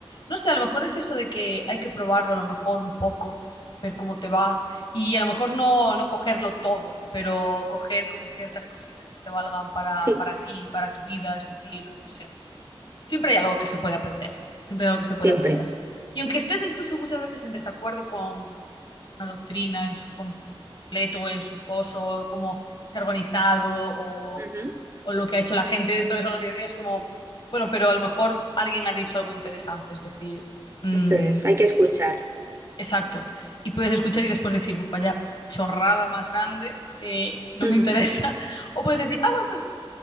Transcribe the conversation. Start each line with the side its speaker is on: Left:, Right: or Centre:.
Left: no sé, a lo mejor es eso de que hay que probarlo a lo mejor un poco, ver cómo te va y a lo mejor no, no cogerlo todo, pero coger como ciertas cositas que te valgan para,
Right: Sí,
Left: para ti, para tu vida, es decir, no sé siempre hay algo que se puede aprender, siempre hay algo que se
Right: siempre.
Left: puede aprender. Y aunque estés incluso muchas veces en desacuerdo con una doctrina en su, com- en su completo, en su coso, cómo es organizado o,
Right: Ujú,
Left: o lo que ha hecho la gente dentro de esa organización, es como, bueno, pero a lo mejor alguien ha dicho algo interesante, es decir, mm,
Right: Eso es, hay que escuchar.
Left: exacto. Y puedes escuchar y después decir, pues vaya chorrada más grande, eh, no
Right: ujú.
Left: me interesa. <laughs> O puedes decir, ah, bueno, pues